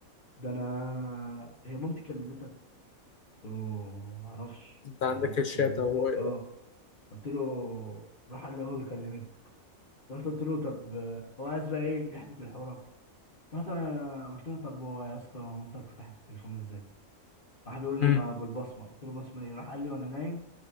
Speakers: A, on the left; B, on the left.
A: ده انا هي مامتي كلمتك قلت له ما اعرفش
B: انت عندك
A: هي مامتك
B: الشات
A: كلمتني
B: اهو اقرا
A: اه قلت له راح قال لي اه دي كلمتك رحت قلت له طب آه، هو عايز بقى ايه يحبك الحوار أكتر. رحت انا قلت له طب هو يا اسطى مامتك فتحت التليفون ازاي راح بيقول لي
B: أمم.
A: ما بالبصمه قلت له بصمه ايه راح قال لي وانا نايم